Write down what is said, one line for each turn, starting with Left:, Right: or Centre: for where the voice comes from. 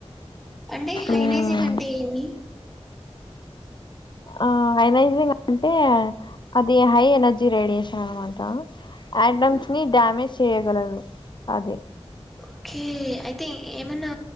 Centre: అంటే హైనైజింగ్
Left: మ్మ్
Centre: అంటే ఏమి
Left: ఆ హై నైజింగ్ అంటే అది హై ఎనర్జీ జి రేడియేషన్ అన మాట ఐటమ్స్ ని డ్యామేజ్ చేయగలరు అది
Centre: ఓకే అయితే ఏమన్నా